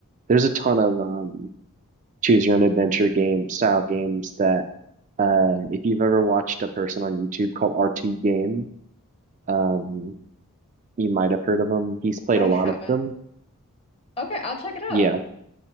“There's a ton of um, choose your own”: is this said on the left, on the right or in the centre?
Right